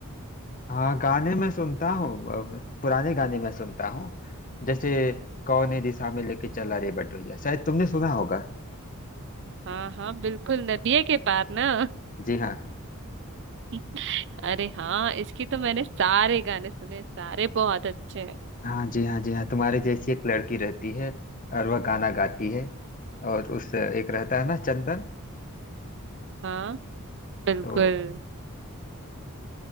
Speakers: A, on the left (about 35°); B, on the right (about 55°).
A: हाँ गाने मैं सुनता हूँ अ, पुराने गाने मैं सुनता हूँ जैसे कौने दिशा में लेके चला रे बटोहिया शायद तुमने सुना होगा
B: हाँ हाँ बिल्कुल नदिया के पार ना
A: जी हाँ
B: <laughs> अरे हाँ इसकी तो मैंने सारे गाने सुने सारे बहुत अच्छे हैं
A: हाँ जी हाँ जी हाँ तुम्हारे जैसी एक लड़की रहती है और वह गाना गाती है और उस एक रहता है ना चंदन
B: हाँ बिल्कुल
A: तो